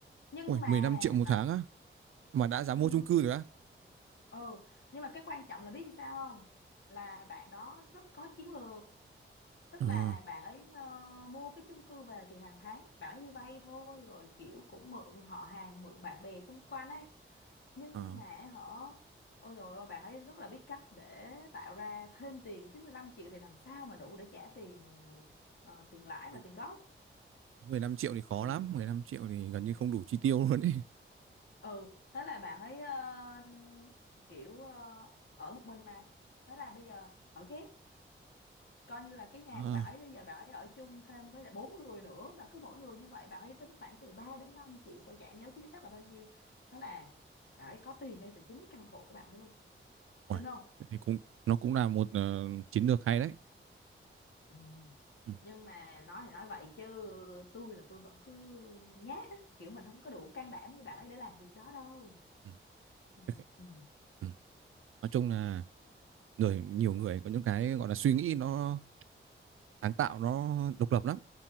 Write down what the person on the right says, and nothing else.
ui
15 triệu một
tháng á mà đã dám
mua chung cư rồi á
Ờ,
ờ.
Đúng,
15 triệu thì khó
lắm 15 triệu thì gần
như không đủ chi tiêu luôn ấy
à,
ui,
thế thì cũng nó cũng là một ờ, chiến lược hay đấy
Ừ,
ừ.
Ok.
Ừ. nói chung là rồi nhiều người có những cái gọi là suy nghĩ nó sáng tạo nó độc lập lắm